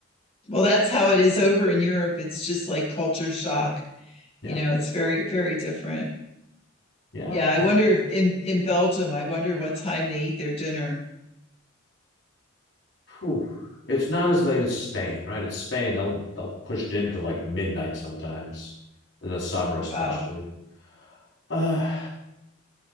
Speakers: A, on the left; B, on the left.
A: Well, that's how it is over in Europe. It's just like culture shock.
B: yeah,
A: You know, it's very, very different.
B: yeah.
A: Yeah. I
B: uh,
A: wonder if in, in Belgium, I wonder what time they eat their dinner.
B: Whew. It's not as late as Spain, right? It's Spain. They'll they'll push dinner to like midnight sometimes in the summer, especially.
A: Wow.
B: Uh,